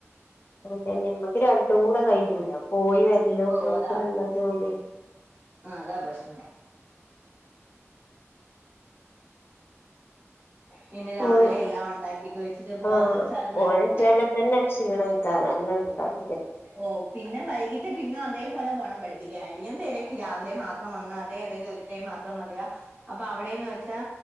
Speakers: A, on the left; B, on the right.
A: അതന്നെ നമ്മക്ക് രണ്ടും കൂടെ കഴിഞ്ഞൂല
B: ഉം
A: പോയി വര്ലും
B: ഓ
A: ചെക്കനെന്താ
B: അതാ
A: ജോലി
B: ആ അതാ പ്രശ്നം പിന്നെ രാവിലെ
A: ആ
B: എല്ലാം ഉണ്ടാക്കിയൊക്കെ വെച്ചിട്ട് പോവാന്ന്
A: ആ
B: വെച്ചാ അത്
A: പോഴച്ചാല്
B: നടക്കില്ല
A: തന്നെ ക്ഷീണായി കനൽല് ഉണ്ടാക്
B: ഓ പിന്നെ വൈ വയിട്ട് പിനോം അതേപലെ പോണം പഠിപ്പിക്കാനായിട്ട് ഞാൻ തെരക്കി രാവിലെ മാത്രം വന്നാ തേ ഏതെ ടൈം മാത്രം മതിയാ അപ്പൊ അവിടെന്ന് വെച്ചാ